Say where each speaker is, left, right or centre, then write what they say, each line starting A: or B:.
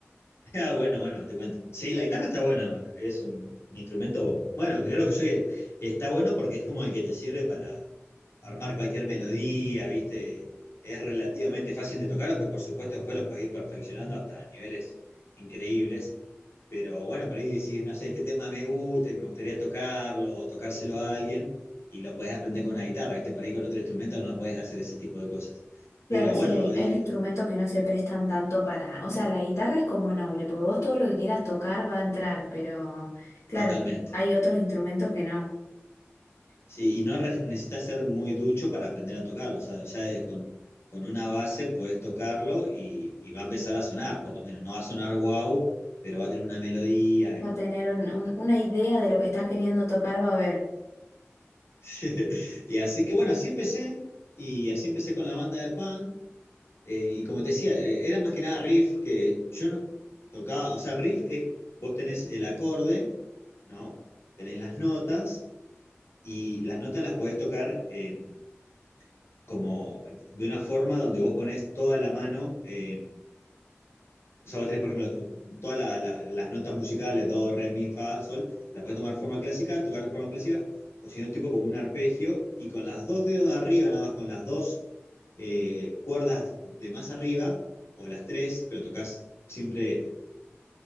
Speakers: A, on the left; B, on the left.
A: Ah, bueno, bueno, te cuento. Sí, la guitarra está buena, es un, un instrumento, bueno, que creo que yo que está bueno porque es como el que te sirve para armar cualquier melodía, ¿viste? Es relativamente fácil de tocar, aunque por supuesto después lo podés ir perfeccionando hasta niveles increíbles. Pero bueno, por ahí decís, no sé, este tema me gusta y me gustaría tocarlo o tocárselo a alguien y lo podés aprender con una guitarra, ¿viste? Por ahí con otro instrumento no podés hacer ese tipo de cosas.
B: Claro,
A: Pero
B: sí,
A: bueno,
B: hay,
A: eh,
B: hay instrumentos que no se prestan tanto para, o sea, la guitarra es como noble, porque vos todo lo que quieras tocar va a entrar, pero claro,
A: totalmente.
B: hay otros instrumentos que no.
A: Sí, y no re- necesitas ser muy ducho para aprender a tocarlo. O sea, ya de- con, con una base podés tocarlo y, y va a empezar a sonar, por lo menos. No va a sonar wow, pero va a tener una melodía. Y,
B: Va a tener un- un- una idea de lo que estás queriendo tocar, va a haber.
A: <laughs> y así que bueno, así empecé. Y así empecé con la banda de punk. eh, y como te decía, eh, era más que nada riff que yo no tocaba. O sea, riff es, vos tenés el acorde, ¿no? Tenés las notas y las notas las podés tocar. eh, como de una forma donde vos ponés toda la mano, eh, o sea, vos tenés, por ejemplo, todas la- la- las notas musicales, do, re, mi, fa, sol, las podés tomar forma clásica, tocar de forma clásica, o si no, tipo como un arpegio, y con las dos dedos de arriba, nada más con las dos eh, cuerdas de más arriba, o las tres, pero tocas siempre,